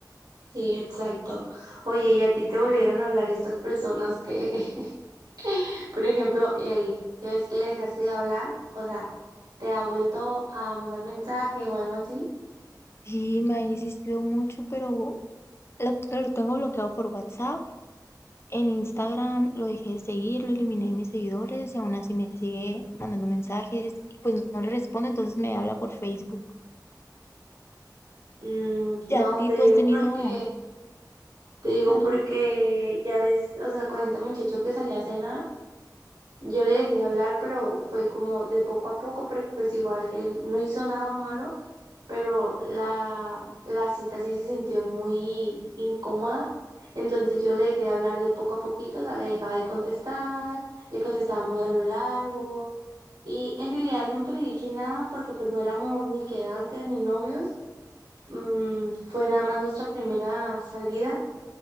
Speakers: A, on the right; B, on the left.
A: Sí, exacto. Oye, ¿y a ti te volvieron a hablar estas personas que... <laughs> <laughs> Por ejemplo, él, ya ves que le dejaste de hablar, o sea, te ha vuelto a mandar mensaje o algo así.
B: Sí, me ha insistido mucho, pero lo, lo tengo bloqueado por WhatsApp, en Instagram lo dejé de seguir, lo eliminé de mis seguidores y aún así me sigue mandando mensajes y pues no le respondo, entonces me habla por Facebook.
A: Mm, no,
B: Ya a ti,
A: te
B: tú
A: digo
B: has tenido...
A: porque, te digo
B: man,
A: porque ya ves, o sea, con este muchacho que salía a cenar, yo le dejé de hablar, pero fue como de poco a poco, porque pues igual él no hizo nada malo, pero la, la cita sí se sintió muy incómoda. Entonces yo le dejé de hablar de poco a poquito, o sea, le dejaba de contestar, le contestaba muy a lo largo Y en realidad nunca le dije nada porque pues no éramos ni quedantes ni novios. Mm, fue nada más nuestra primera salida.